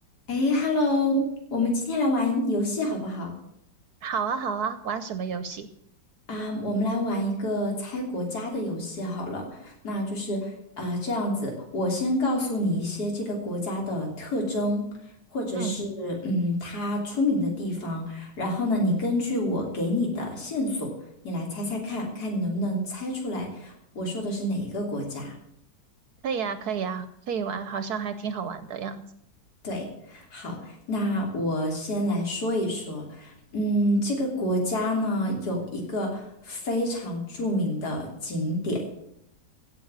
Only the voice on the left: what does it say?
哎，Hello，我们今天来玩游戏好不好？
啊我们来玩一个猜国家的游戏好了。那就是啊，这样子，我先告诉你一些这个国家的特征，或者是嗯，
它出名的地方。然后呢，你根据我给你的线索，你来猜猜看，看你能不能猜出来我说的是哪一个国家。
对，好，那我先来说一说，嗯，这个国家呢有一个非常著名的景点，